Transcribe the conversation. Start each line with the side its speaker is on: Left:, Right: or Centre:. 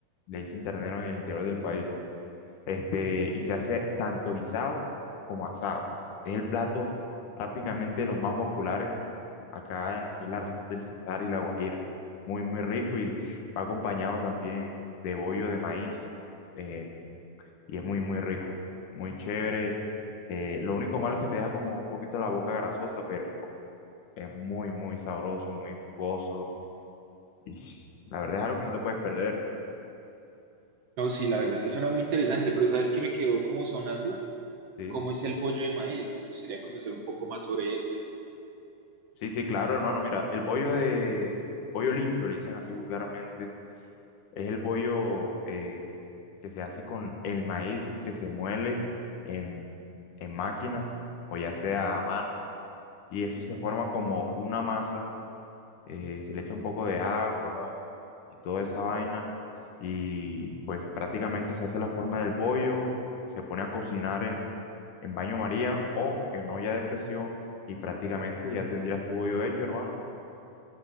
Left: Le dicen ternero en el interior del país. Este, y se hace tanto guisado como asado. Es el plato prácticamente de los más populares acá en lo que es la región del Cesar y la Guajira. Muy, muy rico y va acompañado también de bollo de maíz. eh, y es muy, muy rico, muy chévere. Eh, lo único malo es que te deja como un poquito la boca grasosa, pero es muy, muy sabroso, muy jugoso y la verdad es algo que no te puedes perder,
Right: No, sí, la verdad es que suena muy interesante, pero ¿sabes qué me quedó como sonando?
Left: ¿sí?
Right: ¿Cómo es el bollo de maíz? Me gustaría conocer un poco más sobre él.
Left: Sí, sí, claro, hermano. Mira, el bollo de... Bollo limpio, le dicen así vulgarmente. Es el bollo eh, que se hace con el maíz que se muele en, en máquina o ya sea a mano. Y eso se forma como una masa eh, se le echa un poco de agua y toda esa vaina. Y pues prácticamente se hace la forma del pollo, se pone a cocinar en, en baño María o en olla de presión y prácticamente ya tendrías tu bollo hecho, hermano.